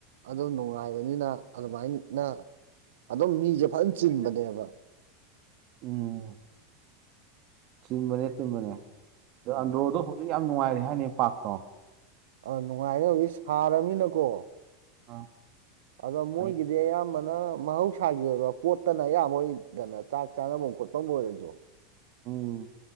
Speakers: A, on the right; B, on the right.
A: ꯑꯗꯨ ꯅꯨꯡꯉꯥꯏꯕꯅꯤꯅ ꯑꯗꯨꯃꯥꯏꯅ ꯑꯗꯨꯝ ꯃꯤꯖꯦ ꯐꯖꯅ ꯆꯤꯟꯕꯅꯦꯕ
B: ꯎꯝ ꯆꯤꯟꯕꯅꯦ ꯆꯤꯟꯕꯅꯦ ꯖꯥꯟꯗꯣꯗꯣ
A: ꯎꯝ
B: ꯍꯧꯖꯤꯛ ꯌꯥꯝ ꯅꯨꯡꯉꯥꯏꯔꯦ ꯍꯥꯏꯅꯦ ꯄꯥꯛꯇꯣ
A: ꯑ ꯅꯨꯡꯉꯥꯏꯔꯦ ꯍꯧꯖꯤꯛ ꯁꯥꯔꯕꯅꯤꯅꯀꯣ
B: ꯑꯥ
A: ꯑꯗꯣ ꯃꯣꯏꯒꯤꯗꯤ
B: ꯑꯩ
A: ꯑꯌꯥꯝꯕꯅ ꯃꯍꯧꯁꯥꯒꯤ ꯑꯣꯏꯕ ꯄꯣꯠꯇꯅ ꯑꯌꯥꯕ ꯑꯣꯏꯗꯅ ꯆꯥꯛ ꯆꯥꯅꯕꯝ ꯈꯣꯠꯄꯝꯕꯨ ꯑꯣꯏꯔꯖꯨ
B: ꯎꯝ